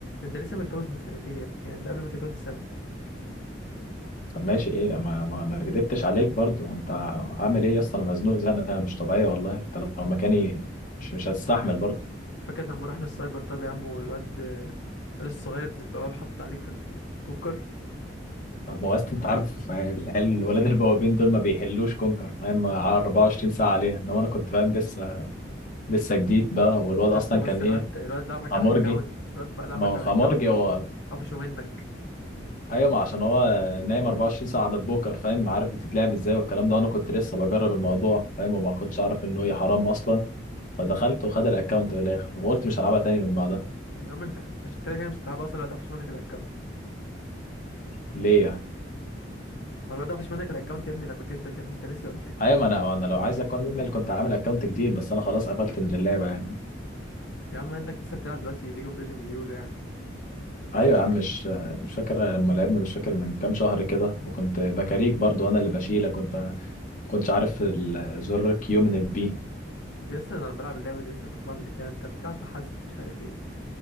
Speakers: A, on the left (about 70°); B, on the left (about 45°).
A: أنت لسه متجوز من سنتين يا ابني يعني أنت قبل ما تتجوز بسنة
B: طب ماشي ايه ما ما, ما كدبتش عليك برضو انت عامل ايه يا اسطى انا مزنوق زنقه مش طبيعيه والله انت لو مكاني مش مش هتستحمل برضو
A: فاكر لما رحنا السايبر طب يا عم والواد الواد الصغير ابن البواب حط عليك في ال- في الكونكر
B: طب ما هو أصل انت عارف <laughs> العيال الولاد البوابين دول ما بيحلوش كونكر فاهم 24 ساعه عليها انما انا كنت فاهم لسه لسه جديد بقى والواد اصلا
A: يا اسطى
B: كان
A: بس
B: ايه
A: الواد الواد لعبك
B: امورجي
A: على الأكاونت الواد بقى لعبك
B: ما هو
A: على
B: خمارجي
A: الأكاونت
B: هو
A: وقفشه منك
B: ايوه ما عشان هو نايم 24 ساعه على البوكر فاهم عارف بتتلعب ازاي والكلام ده وانا كنت لسه بجرب الموضوع فاهم وما كنتش اعرف انه ايه حرام اصلا فدخلت وخد الاكونت من الاخر وقلت مش هلعبها تاني من بعدها
A: يا عم أنت كنت- مش كده كده مش هتلعب أصلا الواد قفش منك الأكاونت
B: ليه يعني
A: ما الواد قفش منك الأكاونت يا ابني لما كسبك يا ابني أنت ناسي ولا إيه
B: ايوه ما انا ما انا لو عايز اكمل كنت عامل اكونت جديد بس انا خلاص قفلت من اللعبه يعني
A: يا عم إنك لسه بتلعب دلوقتي ليج اوف ليجند بيقولوا يعني
B: ايوه يا عم مش مش فاكر لما لعبنا مش فاكر من كام شهر كده وكنت بكاريك برضو انا اللي بشيلك كنت كنتش عارف الزر كيو من البي
A: يا اسطى أنا بلعب اللعبة دي يا اسطى فور فن كده أنت بتلعب بحزق ومش عارف إيه